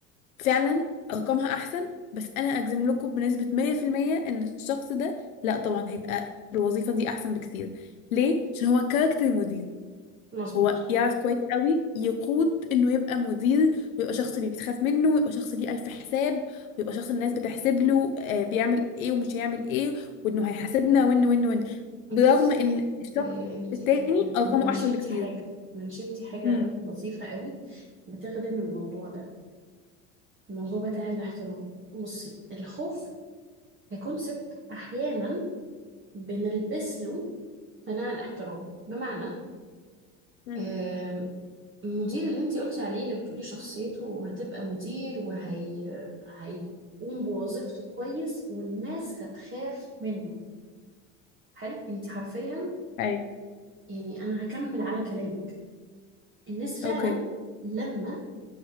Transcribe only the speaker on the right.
مظبوط
بصي
آه، انت
ال- ال-
منشنتي
حاجة منشنتي حاجة
لطيفة قوي بتخدم الموضوع ده الموضوع بتاع الاحترام بصي الخوف ككونسبت احيانا بنلبس له قناع الاحترام بمعنى
آم، المدير اللي انت قلتي عليه اللي بتقولي شخصيته هتبقى مدير وهي هيقوم بوظيفته كويس والناس هتخاف منه حلو انت حرفيا
يعني أنا هكمل على كلامك الناس فعلا
لما